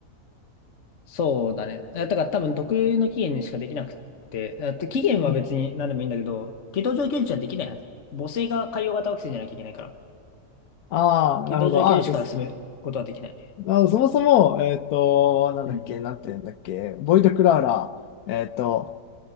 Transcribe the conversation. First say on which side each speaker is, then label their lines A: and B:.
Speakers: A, on the left; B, on the left.
A: そうだね。えだから多分特有の期限にしかできなくって、えっと、期限は別に何でもいいんだけど、
B: うん。
A: 軌道上居住地はできないはず。母性が海洋型惑星じゃなきゃいけないから、
B: ああ、
A: 軌道上居住地から進めることはできないね。
B: なるほど。ああ、じゃあ、あそもそも、えっと、なんだっけ、
A: うん。
B: なんて言うんだっけ、ボイド・クラーラ、えっと、